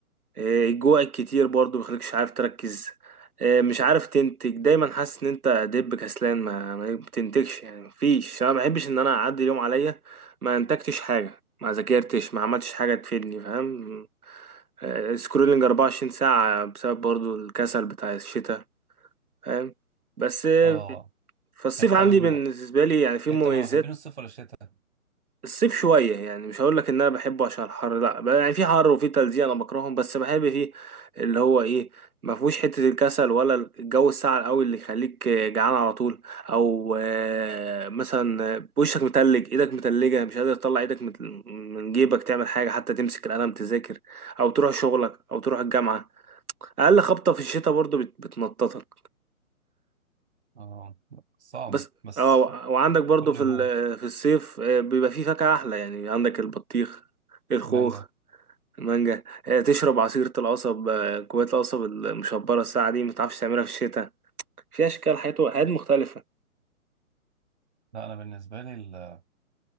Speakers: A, on the right; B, on the right.
A: إيه الجوع الكتير برضو بيخليكش عارف تركز إيه مش عارف تنتج دايما حاسس ان انت دب كسلان ما, ما بتنتجش يعني مفيش انا ما بحبش ان انا اعدي اليوم عليا ما انتجتش حاجة ما ذاكرتش ما عملتش حاجة تفيدني فاهم إيه سكرولينج 24 ساعة بسبب برضو الكسل بتاع الشتاء فاهم بس إيه،
B: آه
A: فالصيف
B: أنت
A: عندي
B: من
A: بالنسبة لي يعني فيه مميزات
B: أنت من محبين الصيف ولا الشتاء؟
A: الصيف شوية يعني مش هقول لك ان انا بحبه عشان الحر لا بقى- يعني في حر وفي تلزيق انا بكرههم بس بحب فيه اللي هو ايه ما فيهوش حتة الكسل ولا الجو الساقع قوي اللي يخليك جعان على طول او آه، مثلا وشك متلج ايدك متلجة مش قادر تطلع ايدك من من جيبك تعمل حاجة حتى تمسك القلم تذاكر او تروح شغلك او تروح الجامعة اقل خبطة في الشتاء برضو بت- بتنططك
B: آه صعبة
A: بس
B: بس
A: اه وعندك برضو
B: كله
A: في
B: يهون
A: ال- في الصيف آه، بيبقى فيه فاكهة احلى يعني عندك البطيخ الخوخ
B: مانجا
A: مانجا آه، تشرب عصيرة القصب آه، كوباية القصب المشبرة الساعة دي متعرفش تعملها في الشتاء في أشكال حياة حياة مختلفة
B: لا أنا بالنسبة لي ال-